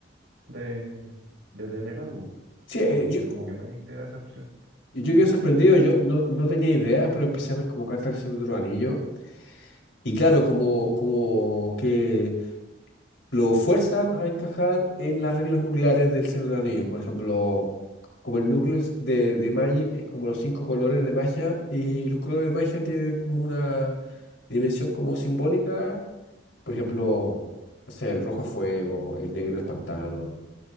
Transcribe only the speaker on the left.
sí,
eh, yo,
yo quedé sorprendido, yo no, no tenía idea, pero empecé a ver como cartas del otro anillo. Y claro, como, como que lo fuerzan a encajar en las reglas nucleares del Señor de los Anillos. Por ejemplo, como el núcleo es de, de Magic es como los cinco colores de magia y los colores de magia tienen como una dimensión como simbólica Por ejemplo, no sé, el rojo es fuego, el negro es pantano,